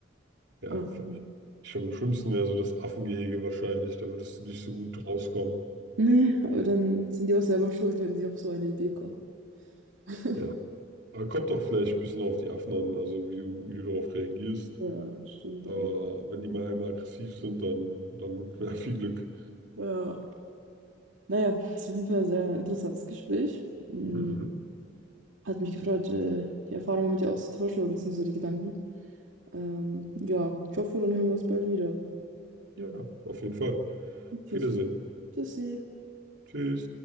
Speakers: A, on the right (about 65°); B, on the right (about 80°).
A: Ja,
B: Ähm,
A: f- ich glaube, am schlimmsten wäre so das Affengehege wahrscheinlich. Da würdest du nicht so gut rauskommen.
B: nee, aber dann sind die auch selber schuld, wenn sie auf so eine Idee kommen. <laughs>
A: Ja, aber kommt auch vielleicht ein bisschen auf die Affen an, also wie du, wie du darauf reagierst.
B: Ja, stimmt
A: Aber
B: auch.
A: wenn die mal einmal aggressiv sind, dann, dann <laughs> ja, viel Glück.
B: Ja. Naja, ist auf jeden Fall ein sehr interessantes Gespräch. Mm,
A: Mhm.
B: Hat mich gefreut, äh, die Erfahrungen mit dir auszutauschen oder beziehungsweise die Gedanken. Ähm, ja, ich hoffe, dann hören wir uns bald wieder.
A: Ja, auf jeden Fall.
B: Okay,
A: Auf Wiedersehen.
B: so. Tschüssi.
A: Tschüss.